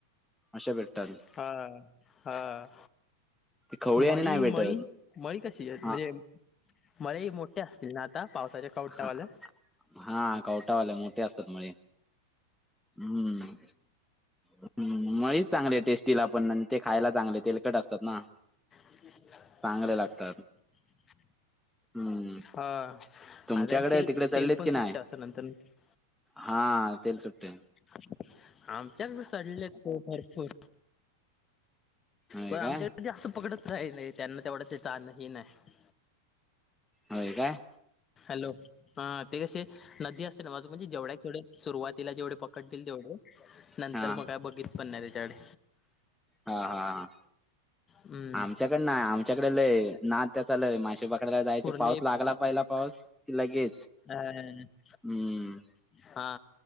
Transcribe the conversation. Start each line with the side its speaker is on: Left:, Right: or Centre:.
Centre: अशा भेटतात.
Left: हा हा
Centre: ते खवळी आणि
Left: मळी
Centre: नाही भेटत
Left: मळी, मळी कशी आहे
Centre: हा
Left: म्हणजे मळे मोठे असतील ना आता, पावसाच्या कवटावालं?
Centre: हा हा कवटावाले मोठे असतात मळे. हम्म. हम्म मळीच चांगले टेस्टीलापण आणि ते खायला चांगले तेलकट असतात ना.
Left: <inaudible>
Centre: चांगले लागतात हम्म.
Left: हो,
Centre: तुमच्याकडे
Left: <unintelligible> तेल
Centre: तिकडे चाललेत
Left: तेलपण
Centre: की नाही
Left: सुटतं, असं नंतर नंतर.
Centre: हा, तेल सुटते.
Left: <inaudible> आमच्यातपण चढले आहेत, हो भरपूर.
Centre: होय
Left: पण
Centre: काय
Left: आमच्या इकडं जास्त पकडत राही नाही, त्यांना तेवढा ते चाण हे नाही.
Centre: होय काय?
Left: हॅलो, हा ते कसे? नदी असते ना, माझं म्हणजे जेवढ्याक तेवढे सुरुवातीला जेवढे पकडतील तेवढे. नंतर
Centre: हा
Left: मग काय बघित पण नाय त्याच्याकडे.
Centre: हा हा हा.
Left: हम्म
Centre: आमच्याकड नाय आमच्याकडे लय नाद त्याचा लय. मासे पकडायला जायचे
Left: कुर्ले
Centre: पाऊस लागला पहिला पाऊस की लगेच.
Left: <unintelligible>
Centre: हुं.
Left: हा,